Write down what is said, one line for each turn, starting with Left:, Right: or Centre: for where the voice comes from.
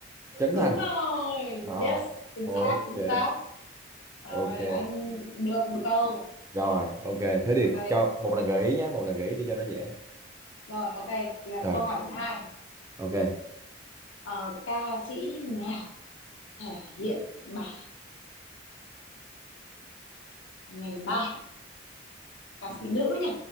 Right: Trấn
Left: Đúng
Right: Thành
Left: rồi,
Right: Ờ,
Left: yes, chính
Right: ok
Left: xác, chính xác. Rồi,
Right: ok
Left: anh được một câu.
Right: rồi ok thế thì
Left: Ok,
Right: cho một lần gợi ý nhá một lần gợi ý đi cho nó dễ
Left: rồi ok, là
Right: rồi
Left: câu hỏi thứ hai.
Right: ok
Left: Ờ, ca sĩ nào thể hiện bài ngày mai? Ca sĩ nữ nhỉ?